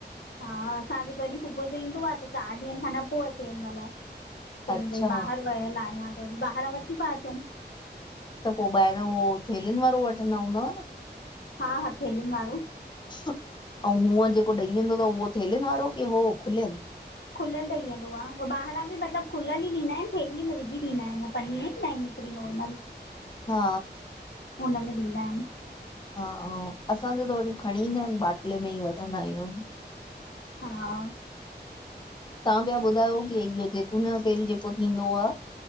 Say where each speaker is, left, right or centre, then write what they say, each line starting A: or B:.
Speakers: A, on the left; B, on the left.
A: हा असांजो जॾहिं सुबुह जो ईंदो आ त चार ॾींहंनि खां न पो अचे हिनमल। चईं
B: अच्छा
A: भई ॿाहिरि वहियल आहियां त वरी ॿाहिरां वठी पिया अचऊं।
B: त पो ॿाहिरां उओ थेलीनि वारो वठंदा हूंदव न?
A: हा-हा फोनुन वारो
B: अउं हूअं जेको ॾई वेंदो तव, उहो थेलिनि वारो की हो खुलियल।
A: खुलियल ॾई वेंदो आ पो ॿाहिरा बि मतिलबु खुलियल ई ॾींदा आइन, थेलीअ में विझी ॾींदा आइन पनीर न फ्री नॉर्मल
B: हा।
A: हुनमें ॾींदा अइन
B: हा असांजो त वरी खणी ईंदा आहिन, बाटले में ई वठंदा आहियून्।
A: हा।
B: तां प्या ॿुधायो, कि इयो जैतून यो तेल जेको थींदो आ